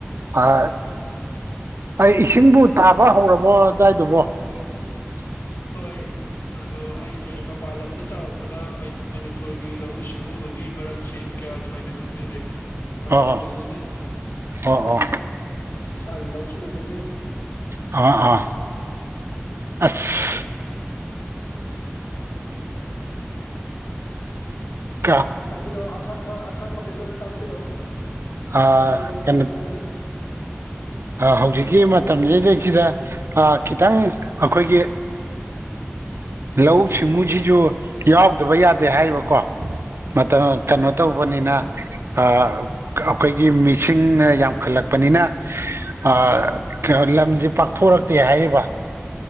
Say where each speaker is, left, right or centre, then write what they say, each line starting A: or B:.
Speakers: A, on the right (about 65°); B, on the left (about 75°).
A: ꯑꯥ ꯑꯍꯝ ꯏꯁꯤꯡꯕꯨ ꯇꯥꯕ ꯍꯧꯔꯕꯣ ꯑꯗꯥꯏꯗꯨꯕꯣ <unintelligible>
B: ꯍꯣꯏ ꯑꯗꯣ ꯑꯩꯖꯦ ꯃꯄꯥꯟ ꯂꯝꯗ ꯆꯥꯎꯔꯛꯄꯅ ꯃꯩ ꯃꯅꯤꯄꯨꯔꯒꯤ ꯂꯧꯎ ꯁꯤꯡꯎꯕꯒꯤ ꯃꯔꯝꯁꯤ ꯀꯌꯥ ꯊꯣꯏꯅ ꯈꯪꯖꯗꯦ ꯅꯣꯂꯦꯖ
A: ꯑꯣꯑꯣ
B: ꯂꯩꯖꯗꯦ
A: ꯑꯣ ꯑꯣ
B: ꯏꯁꯥꯒꯤ ꯂꯧꯁꯨ ꯂꯩꯖꯗꯦ
A: ꯑ ꯑꯥ ꯑꯁ <unintelligible>
B: ꯍꯥꯏꯕꯤꯔꯛꯑꯣ ꯑꯈꯪꯕ ꯑꯈꯪꯕꯒꯩ ꯂꯣꯏ ꯇꯥꯛꯄꯤꯔꯛꯑꯣ
A: ꯑꯥ
B: ꯑꯩ ꯅꯣꯠ
A: ꯀꯩꯅꯣ
B: ꯇꯧꯁꯤꯟꯖꯒꯦ
A: ꯍꯧꯖꯤꯛꯀꯤ ꯃꯇꯝꯖꯤꯗꯩꯖꯤꯗ ꯑꯥ ꯈꯤꯇꯪ ꯑꯥꯈꯣꯏꯒꯤ ꯂꯧꯎ ꯁꯤꯡꯎꯖꯤꯖꯨ ꯌꯥꯎꯗꯕ ꯌꯥꯗꯦ ꯍꯥꯏꯔꯤꯕꯀꯣ ꯃꯇꯝ ꯀꯩꯅꯣ ꯇꯧꯕꯅꯤꯅ ꯑꯥ ꯑꯥꯈꯣꯏꯒꯤ ꯃꯤꯁꯤꯡꯅ ꯌꯥꯝꯈꯠꯂꯛꯄꯅꯤꯅ ꯑꯥ <unintelligible> ꯂꯝꯖꯦꯄꯥꯛꯊꯣꯔꯛꯇꯦ ꯍꯥꯏꯔꯤꯕ